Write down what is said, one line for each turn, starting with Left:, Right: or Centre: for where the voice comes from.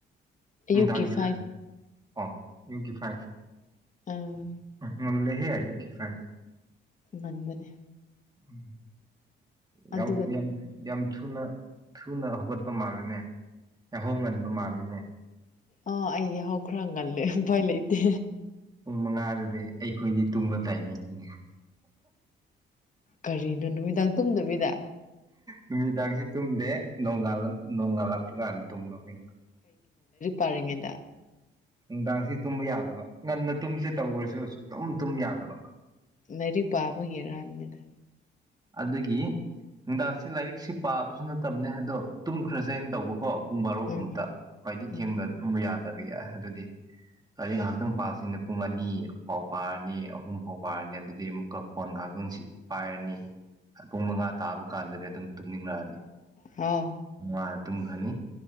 Left: ꯑꯌꯨꯛꯀꯤ
Right: ꯅꯨꯡꯗꯥꯡꯗꯤ꯫
Left: ꯐꯥꯏꯚ
Right: ꯑ ꯌꯨꯒꯤ ꯐꯥꯏꯁꯦ
Left: ꯑꯥ
Right: ꯃ ꯂꯩꯦꯍꯦ ꯍꯥꯏꯌꯨ ꯀꯐꯥꯏ
Left: ꯃꯟꯃꯅꯦ
Right: ꯎꯝ
Left: ꯑꯗꯨꯒ
Right: ꯌꯥ ꯌꯥꯝ ꯊꯨꯅ ꯊꯨꯅ ꯍꯧꯒꯠꯄ ꯃꯥꯜꯂꯤꯅꯦ ꯌꯥꯍꯣꯡ ꯉꯟꯕ ꯃꯥꯜꯂꯤꯅꯦ
Left: ꯑ ꯑꯩ ꯌꯥꯎꯈ꯭ꯔ ꯉꯜꯂꯦ ꯎꯐꯥꯏ ꯂꯩꯇꯦ
Right: ꯄꯨꯡ ꯃꯉꯥꯗꯨꯗꯤ ꯑꯩꯈꯣꯏꯗꯤ ꯇꯨꯝꯕ ꯇꯥꯏꯃꯤꯡꯅꯦ
Left: ꯀꯔꯤꯅ ꯅꯨꯃꯤꯗ ꯇꯨꯝꯗꯕꯤꯗ
Right: ꯅꯨꯃꯤꯗꯥꯡꯁꯦ ꯇꯨꯝꯗꯦ ꯅꯣꯡꯜ ꯅꯣꯡꯉꯥꯜꯂꯛꯄ ꯀꯥꯟꯗ ꯇꯨꯝꯕ ꯍꯅ
Left: ꯄꯥꯉꯦꯗ
Right: ꯅꯨꯡꯗꯥꯡꯁꯤ ꯇꯨꯝꯕ ꯌꯥꯗꯕ ꯉꯟꯅ ꯇꯨꯝꯁꯦ ꯇꯧꯔꯁꯨ ꯑꯗꯨꯨꯝ ꯇꯨꯝ ꯌꯥꯗꯕ
Left: ꯂꯔꯤꯛ ꯄꯥꯕꯒꯤꯔꯅꯤꯅꯤꯅ
Right: ꯑꯗꯨꯒꯤ ꯅꯨꯡꯗꯥꯡꯁꯤ ꯂꯥꯏꯔꯤꯛꯁꯤ ꯄꯥꯕꯁꯨ ꯅꯠꯇꯕꯅꯦ ꯑꯗꯣ ꯇꯨꯝꯈ꯭ꯔꯁꯦꯅ ꯇꯧꯕꯀꯣ ꯄꯨꯡ ꯕꯥꯔꯣꯒꯨꯝꯕꯇ
Left: ꯎꯝ
Right: ꯈ꯭ꯋꯥꯏꯗꯤ
Left: ꯎꯝ
Right: ꯊꯦꯡꯗꯅ ꯊꯨꯝꯕ ꯌꯥꯗ ꯕꯤ ꯌꯥ ꯑꯗꯨꯗꯤ ꯑꯗꯨ ꯉꯥꯏꯍꯥꯛꯇꯪ ꯄꯥꯁꯤꯅ ꯄꯨꯡ ꯑꯅꯤ ꯐꯥꯎ ꯄꯥꯔꯅꯤ ꯑꯍꯨꯝ ꯐꯥꯎ ꯄꯥꯔꯅꯤ ꯑꯗꯨꯗꯤ ꯑꯃꯨꯛꯀ ꯐꯣꯟ ꯉꯥꯏꯍꯥꯛꯇꯪ ꯄꯥꯏꯔꯅꯤ ꯄꯨꯡ ꯃꯉꯥ ꯇꯥꯕ ꯀꯥꯟꯗꯗꯤ ꯑꯗꯨꯝ ꯇꯨꯝꯅꯤꯡꯂꯛꯑꯅꯤ
Left: ꯍꯥꯎ
Right: ꯑ ꯇꯈꯅꯤ